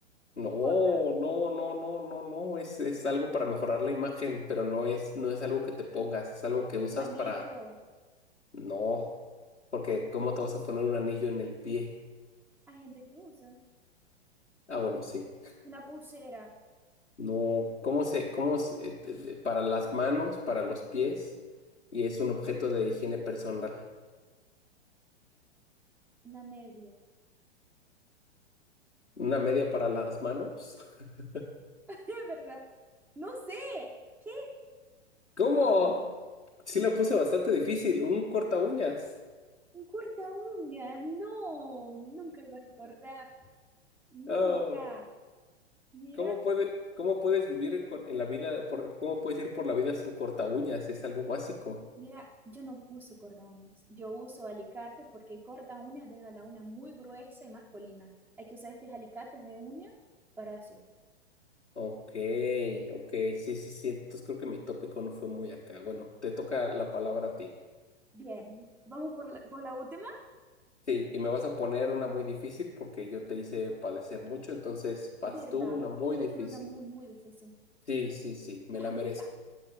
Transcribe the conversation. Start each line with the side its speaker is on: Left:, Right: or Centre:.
Left: No,
Centre: jota,
Left: no, no, no, no, no. Es, es algo para mejorar la imagen, pero no es, no es algo que te pongas, es algo que usas
Centre: un anillo.
Left: para. No. Porque ¿cómo te vas a poner un anillo en el pie?
Centre: Hay gente que usa
Left: Ah, bueno, sí.
Centre: una pulsera,
Left: No, ¿cómo se, cómo se- eh, te- te- para las manos, para los pies, y es un objeto de higiene personal?
Centre: una media,
Left: ¿Una media para las manos? <laughs>
Centre: <laughs> es verdad. No sé, ¿qué?
Left: ¿Cómo?
Centre: No,
Left: Sí la puse bastante difícil, un corta uñas.
Centre: un corta uñas, no, nunca iba a recordar, nunca.
Left: Oh,
Centre: Mira.
Left: ¿cómo puede, cómo puedes vivir con- en la vida, por- cómo puedes ir por la vida sin corta uñas? Es algo básico.
Centre: Mira, yo no uso corta uñas. Yo uso alicate porque corta uñas deja la uña muy gruesa y masculina. Hay que usar estos alicates de uña para hacer.
Left: Ok, ok, sí, sí, sí. Entonces creo que mi tópico no fue muy acá. Bueno, te toca la palabra a ti.
Centre: Bien, vamos por la, por la última.
Left: Sí, y me vas a poner una muy difícil porque yo te hice padecer mucho, entonces
Centre: ¿Verdad?
Left: vas tú una muy
Centre: Te voy
Left: difícil.
Centre: a poner una muy, muy difícil.
Left: Sí, sí, sí,
Centre: Déjame
Left: me la merezco.
Centre: pensar.